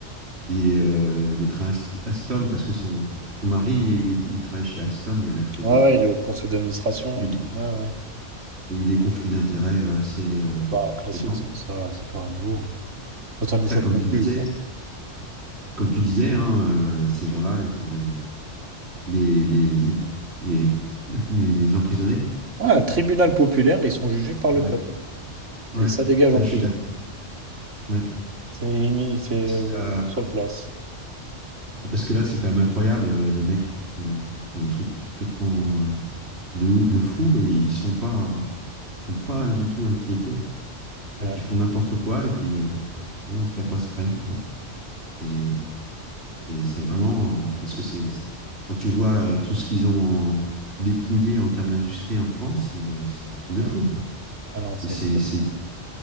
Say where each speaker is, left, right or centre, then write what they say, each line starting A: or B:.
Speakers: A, on the right; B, on the right.
A: des, euh, des trains Ast- Alstom, parce que son, son mari, il, était- il travaille chez Alstom et elle a fait
B: Mm.
A: des,
B: Ouais, ouais, il est au conseil d'administration
A: des-
B: et tout. Ouais, ouais.
A: Il y a eu des conflits d'intérêts euh, assez euh,
B: Bah,
A: conséquents.
B: classique, ça, ça, c'est pas nouveau. Ça, ça nous
A: Ça,
B: choque
A: comme
B: non
A: tu
B: plus.
A: disais,
B: quoi.
A: comme tu disais, hein, euh, ces gens-là, il faudrait les, les, les, les, les emprisonner.
B: Ouais, un tribunal populaire, ils sont jugés par
A: Ouais,
B: le peuple
A: ouais,
B: et ça dégage
A: ça,
B: en
A: je
B: prison.
A: suis d'accord. Ouais,
B: C'est Imi, c'est
A: parce
B: euh,
A: que là,
B: leur seule place.
A: parce que là, c'est quand même incroyable. Les mecs ils font des, ils font des trucs complètement euh, de, ou- de fou et ils sont pas, ils sont pas du tout inquiétés. C'est-à-dire
B: Ouais.
A: qu'ils font n'importe quoi et puis euh, bon, ça passe crème, quoi. C'est C'est c'est vraiment parce que c'est quand tu vois tout ce qu'ils ont en- dépouillé en termes d'industrie en France, c'est c'est un truc de
B: mm.
A: fou, quoi.
B: Ah non, c'est.
A: Et c'est c'est